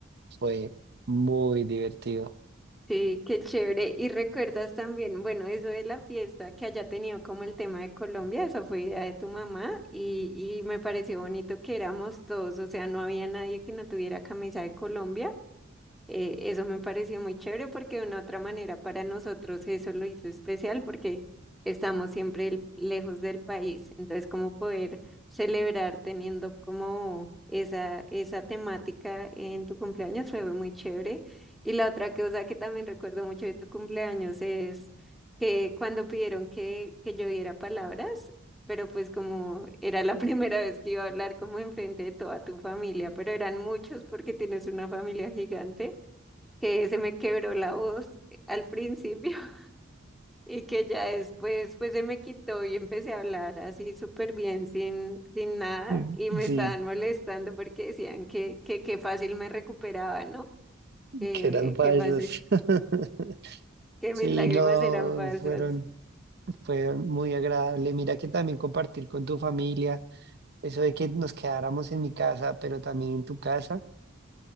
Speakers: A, on the right; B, in the centre.
A: fue muy divertido.
B: Sí, qué chévere. Y recuerdas también, bueno, eso de la fiesta que haya tenido como el tema de Colombia, esa fue idea de tu mamá y, y me pareció bonito que éramos todos, o sea, no había nadie que no tuviera camisa de Colombia. Eh, eso me pareció muy chévere porque de una otra manera para nosotros eso lo hizo especial porque estamos siempre el- lejos del país. Entonces, como poder celebrar teniendo como esa, esa temática en tu cumpleaños fue muy chévere. Y la otra cosa que también recuerdo mucho de tu cumpleaños es que cuando pidieron que, que yo diera palabras, pero pues como era la <laughs> primera vez que iba a hablar como enfrente de toda tu familia, pero eran muchos porque tienes una familia gigante que se me quebró la voz eh, al principio <laughs> y que ya después pues se me quitó y empecé a hablar así súper bien sin, sin nada
A: Mm,
B: y me
A: Sí,
B: estaban molestando porque decían que que, que fácil me recuperaba, ¿no? Que,
A: que eran falsos.
B: que fácil,
A: <laughs>
B: que
A: Sí,
B: mis lágrimas
A: no,
B: eran falsas.
A: fueron, fueron muy agradable. Mira que también compartir con tu familia, eso de que nos quedáramos en mi casa, pero también en tu casa.